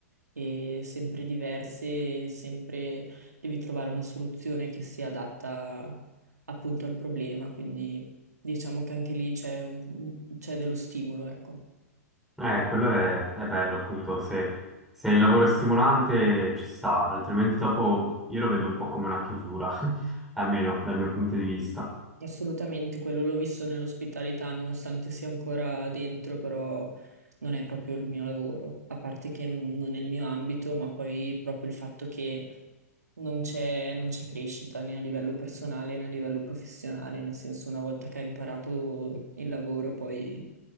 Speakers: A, on the right; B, in the centre.
A: e sempre diverse, e sempre devi trovare una soluzione che sia adatta appunto al problema, quindi diciamo che anche lì c'è un- c'è dello stimolo, ecco.
B: Eh, quello è, è bello, appunto, se, se il lavoro è stimolante ci sta, altrimenti dopo io lo vedo un po' come una chiusura, <laughs> almeno dal mio punto di vista.
A: Assolutamente, quello l'ho visto nell'ospitalità, nonostante sia ancora dentro, però non è proprio il mio lavoro, a parte che non è il mio ambito, ma poi proprio il fatto che non c'è non c'è crescita né a livello personale né a livello professionale, nel senso una volta che hai imparato il lavoro poi